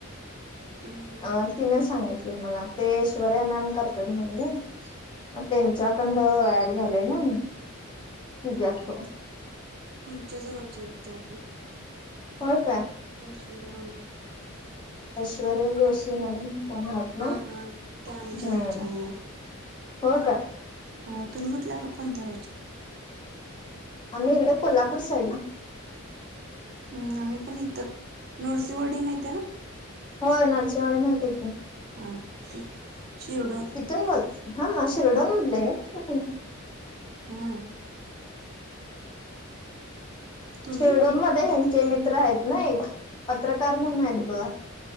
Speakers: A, on the right; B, on the left.
A: हम्म हम्म
B: अ तिन सांगितली मला. ते ऐश्वर्या मॅम करतात म्हणले. म त्यांच्याकंड
A: हा हा
B: ऍड झाले ना पिझा थ्रू.
A: तुमच्या जवळच्या आहेत त्या पण.
B: होय का
A: ऐश्वर्या हा
B: ऐश्वरय जोशी मॅडम कोण आहेत. ना
A: हा हा, त्या आमच्या
B: हम्म
A: गावच्या हो.
B: हो का
A: हो तुम्ही कुठल्या कोणत्या गावच्या.
B: आम्ही इकड कोल्हापूर साईडला.
A: हम्म, आम्ही पण इथ, नृसिंहवाडी माहित आहे ना.
B: हो नृसिंहवाडी माहित आहेय की.
A: हा शिरडून
B: तुम्ही बोल, हा शिरोडोन मधल आहे का?
A: हा तुम्ही?
B: शिरडून मध्ये
A: को
B: ह्यांचे मित्र आहेत ना एक. पत्रकार म्हणून
A: को-
B: आहेत बघा.